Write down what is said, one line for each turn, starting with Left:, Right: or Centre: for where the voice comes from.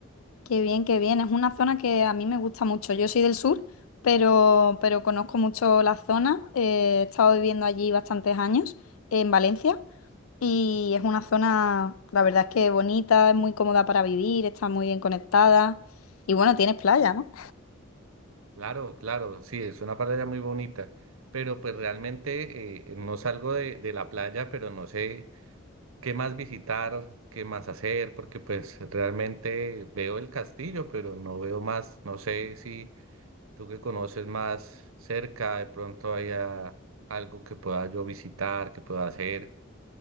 Left: Qué bien, qué bien. Es una zona que a mí me gusta mucho. Yo soy del sur, pero, pero conozco mucho la zona. Eh, he estado viviendo allí bastantes años, en Valencia, y es una zona, la verdad es que bonita, es muy cómoda para vivir, está muy bien conectada. Y bueno, tienes playa, ¿no?
Right: Claro, claro, sí, es una playa muy bonita, pero pues realmente eh, no salgo de, de la playa, pero no sé qué más visitar, qué más hacer, porque pues realmente veo el castillo, pero no veo más, no sé si... Tú que conoces más cerca, de pronto haya algo que pueda yo visitar, que pueda hacer.